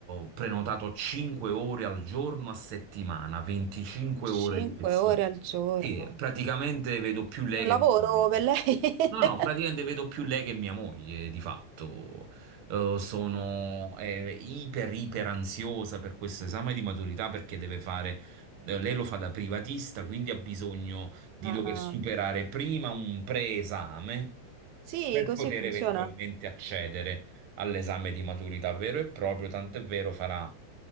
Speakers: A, on the right; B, on the right.
A: eh, prenotato 5 ore al giorno a settimana, 25
B: 5
A: ore di lezione.
B: ore al giorno.
A: Sì, praticamente vedo più lei
B: Un lavoro
A: che mi.
B: per lei? <laughs>
A: No, no, praticamente vedo più lei che mia moglie, di fatto. Eh, sono eh, iper, iper ansiosa per questo esame di maturità perché deve fare. eh, lei lo fa da privatista, quindi ha bisogno di
B: Ah,
A: dover
B: ah.
A: superare prima un preesame
B: sì,
A: per
B: così
A: poter
B: funziona.
A: eventualmente accedere all'esame di maturità vero e proprio, tant'è vero farà